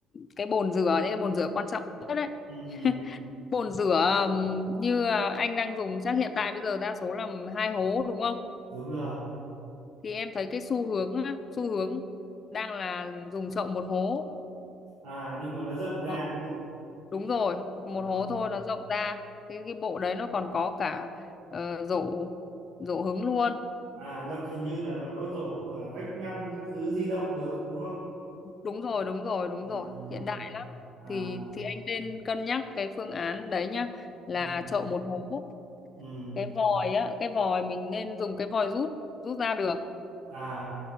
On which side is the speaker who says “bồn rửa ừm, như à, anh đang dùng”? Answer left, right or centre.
Left